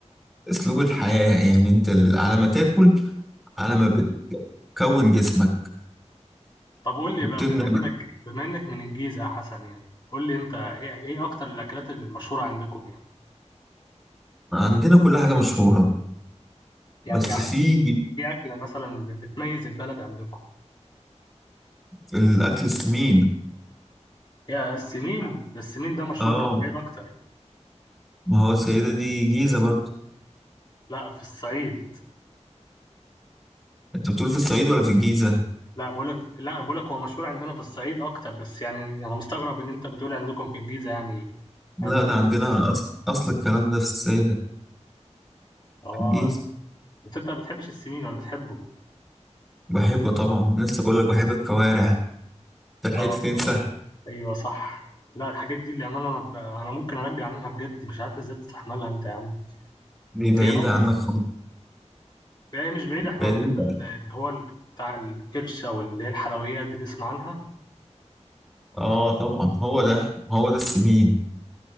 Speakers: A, in the centre; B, on the left (about 40°).
A: اسلوب الحياة يعني انت على ما تاكل على ما بتكون جسمك
B: طب قول لي
A: وبتبني
B: بقى بما انك بما انك من الجيزة يا حسن يعني قول لي انت ايه ايه اكتر الاكلات المشهورة عندكم يعني
A: عندنا كل حاجة مشهورة
B: يعني
A: بس في
B: ايه اكلة مثلا بتميز البلد عندكم
A: في الأكل السمين
B: يا السمين ده السمين ده مشهور
A: اه
B: في الصعيد اكتر
A: ما هو السيدة دي جيزة برضه
B: لا في الصعيد
A: انت بتقول في الصعيد ولا في الجيزة
B: لا بقولك لا انا بقولك هو مشهور عندنا في الصعيد اكتر بس يعني انا مستغرب ان انت بتقول عندكم في الجيزة يعني
A: لا
B: عندكم
A: ده عندنا أصل أصل الكلام ده في السيدة
B: اه
A: في الجيزة
B: بس انت ما بتحبش السمين ولا بتحبه
A: بحب طبعا لسه بقول لك بحب الكوارع انت لحقت
B: اه
A: تنسى
B: اه ايوه صح لا الحاجات دي اللي انا انا ممكن ارجع منها بجد مش عارف ازاي بتستحملها انت يا عم
A: دي بعيدة
B: هي اه
A: عنك خالص
B: هي مش بعيدة احنا
A: بعيدة
B: عندنا ال- اللي هو ال- بتاع الكرشة واللي هي الحلويات دي تسمع عنها
A: اه طبعا هو ده هو ده السمين